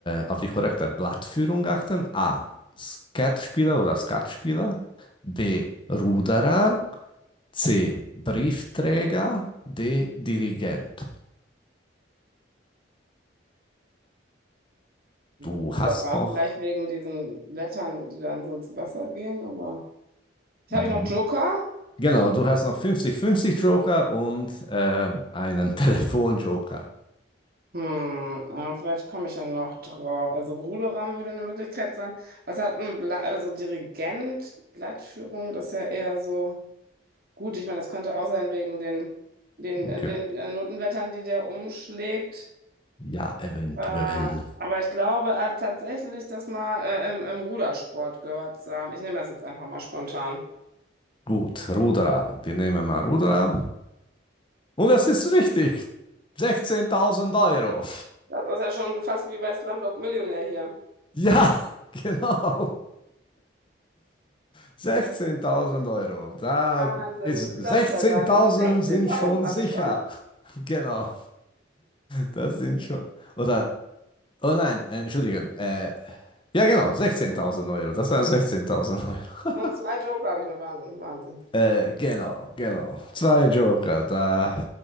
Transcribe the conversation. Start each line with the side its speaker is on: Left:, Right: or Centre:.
Left: äh, auf die korrekte Blattführung achten? A. Skatspieler oder Skatspieler. B. Ruderer. C. Briefträger. D. Dirigent.
Right: Gut,
Left: Du hast
Right: aber
Left: noch
Right: vielleicht wegen diesen Blättern, die dann so ins Wasser gehen, aber.
Left: Mhm.
Right: Habe ich noch Joker?
Left: Genau, du hast noch 50-50 Joker und äh, einen <laughs> Telefon-Joker.
Right: Hm, ja, vielleicht komme ich ja noch drauf. Also Ruderam würde eine Möglichkeit sein. Was hat ein Bla also Dirigent, Blattführung, das ist ja eher so gut. Ich meine, das könnte auch sein wegen den, den, den,
Left: Okay.
Right: den äh, Notenblättern, die der umschlägt.
Left: Ja, eventuell.
Right: Äh, aber ich glaube äh, tatsächlich, das mal äh, im, im Rudersport gehört zu haben. Ich nehme das jetzt einfach mal spontan.
Left: Gut, Ruderer. Wir nehmen mal Ruderer. Und das ist richtig. 16.000 Euro.
Right: Das ist ja schon fast wie bei Slumdog Millionär hier.
Left: Ja, <laughs> genau. 16.000 Euro. Da
Right: Wahnsinn,
Left: ist
Right: ich glaub's
Left: 16.000
Right: ja gar nicht. 16.000
Left: sind schon
Right: habe
Left: sicher.
Right: ich schon.
Left: <laughs> Genau. Das sind schon. Oder, oh nein, äh, entschuldige. Äh, Ja, genau, 16.000 Euro. Das waren 16.000 Euro.
Right: Und zwei Joker habe ich noch. Wahnsinn, Wahnsinn.
Left: Äh, genau, genau. Zwei Joker, da